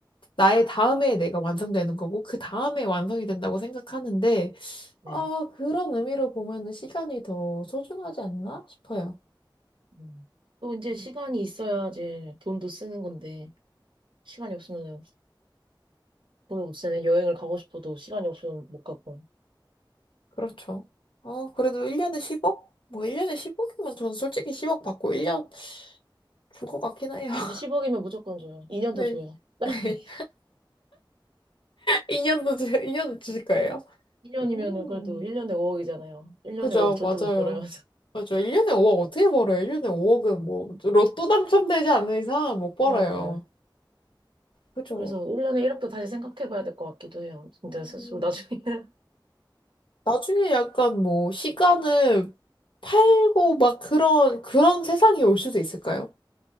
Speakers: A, on the left; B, on the right.
A: 나의 다음에 내가 완성되는 거고 그 다음에 완성이 된다고 생각하는데
B: 네.
A: 아, 그런 의미로 보면은 시간이 더 소중하지 않나 싶어요.
B: 음. 또 이제 시간이 있어야지 돈도 쓰는 건데, 시간이 없으면 돈을 못 쓰네. 여행을 가고 싶어도 시간이 없으면 못 가고.
A: 그렇죠. 어, 그래도 1년에 10억? 뭐 1년에 10억이면 전 솔직히 10억 받고 1년 줄 것 같긴 해요. <laughs>
B: 저도 10억이면 무조건 줘요. 2년도
A: 네.
B: 줘요. <laughs>
A: <laughs> 2년도, 이 년도 <laughs> 주실 거예요?
B: 2년이면은
A: 음,
B: 그래도 1년에 5억이잖아요. 1년에
A: 그죠,
B: 5억 절대
A: 맞아요.
B: 못 벌어요.
A: 맞아요. 1년에 5억 어떻게 벌어요? 1년에
B: <laughs>
A: 5억은 뭐, 로또 당첨되지 않는 이상 못 벌어요.
B: 그러니까요.
A: 그죠?
B: 그래서 올년에 1억도 다시 생각해 봐야 될 것 같기도 해요. 진짜
A: 음.
B: 스스로 나중에. <laughs>
A: 나중에 약간 뭐, 시간을 팔고 막 그런, 그런 세상이 올 수도 있을까요?